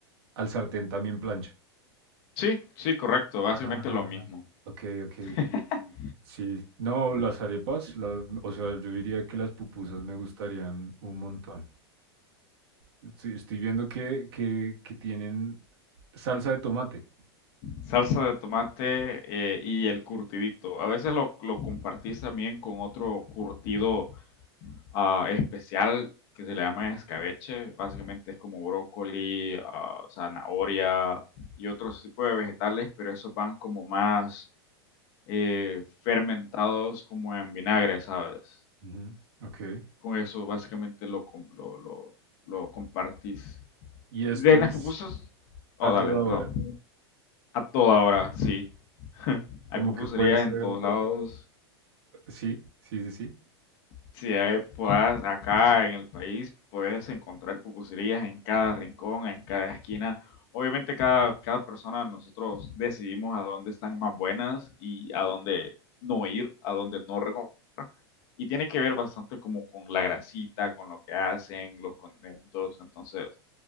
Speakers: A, on the right; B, on the left.
A: al sartén también plancha.
B: Sí, sí, correcto, básicamente
A: Ah.
B: lo mismo.
A: Ok, ok.
B: <laughs> Ujú.
A: Sí. No, las arepas, la- o sea, yo diría que las pupusas me gustarían un montón. Estoy, estoy viendo que, que, que tienen salsa de tomate.
B: Salsa de tomate eh, y el curtidito. A veces lo, lo compartís también con otro curtido ah, especial que se le llama escabeche. Básicamente es como brócoli, ah, zanahoria y otros tipos de vegetales, pero esos van como más eh, fermentados como en vinagre, ¿sabes?
A: Ujú, Ok.
B: Con eso básicamente lo, com- lo, lo, lo compartís.
A: Y esto
B: De
A: es
B: las pupusas, oh,
A: a toda
B: dale, perdón.
A: hora.
B: A toda hora, sí.
A: Como
B: Hay pupuserías
A: que puede ser.
B: en todos lados.
A: Sí, sí, sí, sí.
B: Si hay, puedas, acá en el país puedes encontrar pupuserías en cada rincón, en cada esquina. Obviamente cada, cada persona nosotros decidimos a dónde están más buenas y a dónde no ir, a dónde no recomendar. Y tiene que ver bastante como con la grasita, con lo que hacen, los condimentos. Entonces,